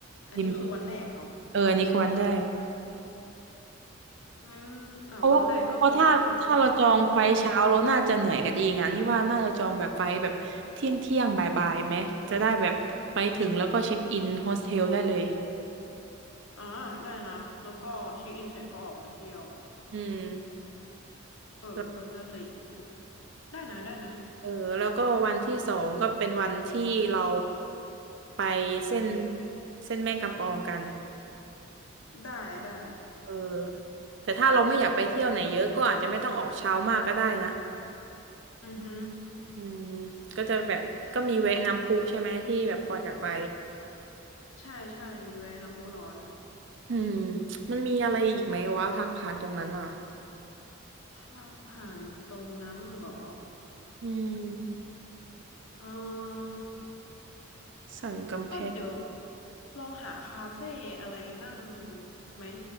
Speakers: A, on the left; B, on the right.
A: อันนี้คือวันแรกเนาะ
B: ดีไหมเอออันนี้ควรได้
A: งั้นอ่าวันแรกก็คือเที่ยวแถวเนาะออฮึ
B: เพราะว่าเพราะถ้าถ้าเราจองไฟล์เช้าเราน่าจะเหนื่อยกันเองอ่ะนี่ว่าน่าจะจองแบบไฟล์แบบเที่ยงเที่ยงบ่ายบ่ายๆไหมจะได้แบบไปถึงแล้วก็เช็คอินโฮสเทลได้เลย
A: อ่าได้นะแล้วก็เช็คอินเสร็จก็ออกมาเที่ยว
B: อืม
A: เออก็น่าจะถึง
B: แล้ว
A: ได้นะได้นะ
B: เออแล้วก็วันที่สองก็เป็นวันที่เราไปเส้นเส้นแม่กำปองกัน
A: ได้ได้
B: เออแต่ถ้าเราไม่อยากไปเที่ยวไหนเยอะก็อาจจะไม่ต้องออกเช้ามากก็ได้นะ
A: อือฮึ
B: อืมก็จะแบบก็มีแวะน้ำพุใช่ไหมที่แบบพลอยอยากไป
A: ใช่ใช่มีแวะน้ำพุร้อน
B: อืมมันมีอะไรอีกไหมวะทางผ่านตรงนั้นอ่ะ
A: ทางผ่านตรงนั้นเหรอ
B: อืม
A: เออ
B: สันกำแพง
A: ก็เดี๋ยวลองหาคาเฟ่อะไรนั่งไหม